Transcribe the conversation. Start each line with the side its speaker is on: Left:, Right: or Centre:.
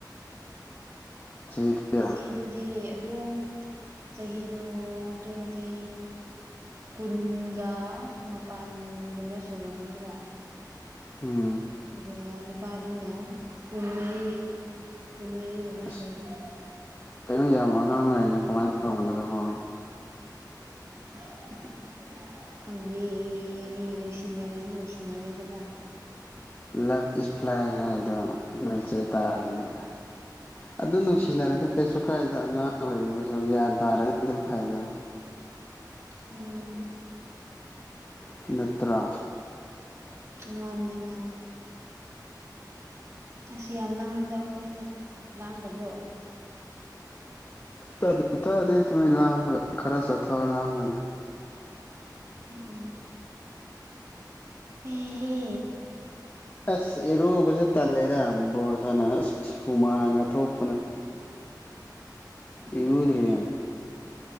Left: ꯆꯍꯤ ꯀꯌꯥ
Right: ꯏꯆꯦꯗꯨꯗꯤ ꯑꯗꯨꯝ ꯆꯍꯤꯗꯨ ꯇ꯭ꯋꯦꯟꯇꯤ ꯀꯨꯟꯒ ꯃꯄꯥꯟꯒꯨꯝꯕ ꯁꯨꯔꯝꯃꯅꯦꯕ
Left: ꯎꯝ
Right: ꯑꯗꯨꯒ ꯅꯨꯄꯥꯗꯨꯅ ꯀꯨꯟꯃꯔꯤ ꯀꯨꯟꯃꯔꯤꯒꯨꯝꯕ
Left: ꯑꯁ
Right: ꯁꯨꯔꯅꯤ
Left: ꯀꯩꯅꯣ ꯌꯥꯝ ꯑꯉꯥꯡ ꯑꯣꯏꯅ ꯀꯃꯥꯏꯟ ꯇꯧꯕꯅꯣ ꯗꯨꯕꯨ
Right: <unintelligible> ꯈꯪꯗꯦ ꯃꯤ ꯅꯨꯡꯁꯤꯅꯔꯗꯤ ꯅꯨꯡꯁꯤꯅꯔꯦꯗꯅ
Left: ꯂꯞ ꯏꯁ ꯕ꯭ꯂꯥꯏꯟ ꯍꯥꯏꯕꯗꯣ ꯅꯣꯏ ꯆ‌ꯦ ꯇꯥꯈ꯭ꯔ‌ꯦꯅꯤ ꯑꯗꯨ ꯅꯨꯡꯁꯤꯅꯔꯗꯤ ꯀꯩꯁꯨ ꯀꯥꯏꯗ‌ꯦꯗ ꯑꯉꯥꯡ ꯑꯣꯏꯔꯒꯁꯨ ꯒ꯭ꯌꯥꯟ ꯇꯥꯔꯗꯤ ꯑꯗꯨꯝ ꯐꯩꯅꯥ
Right: ꯎꯝ
Left: ꯐꯤ ꯅꯠꯇ꯭ꯔꯥ
Right: ꯃꯥꯅ‌ꯦ ꯃꯥꯟ ꯑꯁ ꯌꯥꯝ ꯂꯥꯡꯉꯤꯗ ꯑꯩꯈꯣꯏꯁꯦ ꯂꯥꯡꯗꯕ꯭ꯔꯣ
Left: ꯇꯥꯗ ꯇꯥꯗꯦ ꯑꯗꯨꯃꯥꯏꯅ ꯂꯥꯡꯕꯒ ꯈꯔ ꯆꯠꯊꯣꯛꯑ ꯂꯥꯡꯉꯗꯤ
Right: ꯎꯝ ꯎꯝ ꯑꯦ
Left: ꯑꯁ ꯏꯔꯨꯕꯁꯦ ꯇꯜꯂꯦꯗ ꯕꯣꯜꯅ ꯁꯥꯟꯅꯔ <unintelligible> ꯍꯨꯃꯥꯡꯒ ꯊꯣꯛꯄꯅ
Right: ꯎꯝ
Left: ꯏꯔꯨꯗ꯭ꯔꯤ